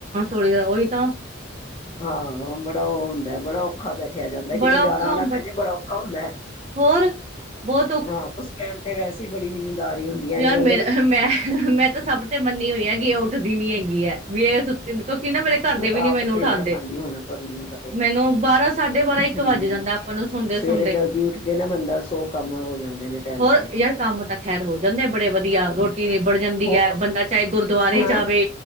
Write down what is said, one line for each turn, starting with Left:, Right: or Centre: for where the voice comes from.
Right: ਹੋਲੀ ਉਹੀ ਤਾਂ
Left: ਹਾਂ ਬੜਾ ਉਹ ਹੁੰਦਾ ਬੜਾ ਔਖਾ ਬੈਠ ਉੱਠਿਆ ਜਾਂਦਾ ਕਿਤੇ
Right: ਬੜਾ
Left: ਜਾਣਾ
Right: ਔਖਾ
Left: ਆਉਣਾ
Right: ਬਟ
Left: ਪੈ ਜੇ ਬੜਾ ਔਖਾ ਹੁੰਦਾ।
Right: ਹੋਰ ਬਹੁਤ
Left: ਹਾਂ ਉਸ ਟਮ ਤੇ ਵੈਸੇ <unintelligible> ਬੜੀ ਨੀਂਦ ਆ ਰਹੀ ਹੁੰਦੀ ਹੈ
Right: ਯ
Left: ਇੰਝ
Right: ਯਾਰ
Left: ਲੱਗਦਾ
Right: ਮੇਰਾ
Left: ਕਿ
Right: ਮੈਂ ਮੈਂ ਤਾਂ ਸਭ ਤੇ ਮੰਨੀ ਹੋਈ ਹੈ। ਕੀ ਉੱਠਦੀ ਨੀ ਹੈਗੀ ਹੈ। ਵੀ ਇਹ ਸੁੱਤੀ ਮਤਲਬ ਕਿਉਂਕਿਕ ਨਾ ਮੇਰੇ ਘਰਦੇ
Left: ਮੈਂ ਤਾਂ
Right: ਵੀ ਨੀ
Left: ਆਪ
Right: ਮੈਨੂੰ ਉਠਾਉਂਦੇ।
Left: ਉੱਠ ਪਾਉਂਦੀ ਹੁਣ ਆਪਾਂ ਨੂੰ ਕਰੇ
Right: ਮੈਨੂੰ ਬਾਰਾਂ ਸਾਢੇ ਬਾਰਾਂ ਇੱਕ
Left: ਹਮ
Right: ਵੱਜ ਜਾਂਦਾ ਆਪਾਂ ਨੂੰ ਸੋਦੇ-ਸੋਦੇ।
Left: ਸਵੇਰੇ ਜਲਦੀ ਉੱਠਦੇ ਨਾ ਬੰਦਾ ਸੌ ਕੰਮ ਹੋ ਜਾਂਦੇ ਨੇ ਟਾਈਮ
Right: ਹੋਰ
Left: ਤੇ
Right: ਯਾਰ ਕੰਮ ਤਾਂ ਖੈਰ ਹੋਰ <unintelligible> ਬੜੇ ਵਧੀਆ ਰੋ ਨਿਬੜ ਜਾਂਦੀ
Left: ਹੋਰ
Right: ਹੈ ਬੰਦਾ ਚਾਹੇ ਗੁਰਦੁਆਰੇ
Left: ਹੈਂ
Right: ਜਾਵੇ।